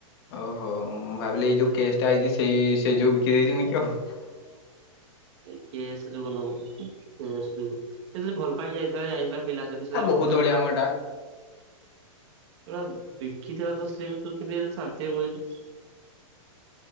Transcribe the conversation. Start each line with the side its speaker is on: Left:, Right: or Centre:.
Left: ଓହୋ ମୁଁ ଭାବିଲି ଏଇ ଯୋଉ କେସ୍ ଟା ହେଇଛି ସେଇ ସେଇ ଯୋଉ ବିକି ଦେଇଛିନି କି ଆଉ।
Right: ସେ କେସ ଯୋଗ ନୁଅ କେସ ଯୋଗୁ ସେ ଯଦି ଭଲ ପାଇ ଯାଇଥିଲା ଯାଇଥିଲା । ପିଲା ସହିତ ସେତ
Left: ଆ
Right: ରଖି
Left: ବହୁତ
Right: ଥାନ୍ତା
Left: ଅଳିଆମ
Right: ତମେ
Left: ଏଟା
Right: ଶଳା । ସୋ ବା ବିକିଥିବା ତ ସ୍ତ୍ରୀୃ କେ ଶାନ୍ତି ହବ । <unintelligible>